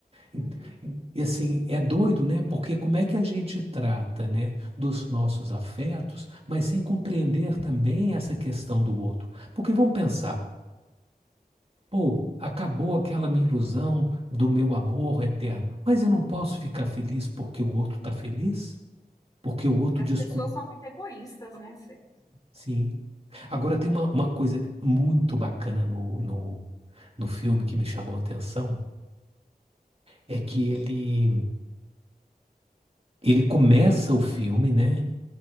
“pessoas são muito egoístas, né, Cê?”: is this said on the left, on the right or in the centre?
Left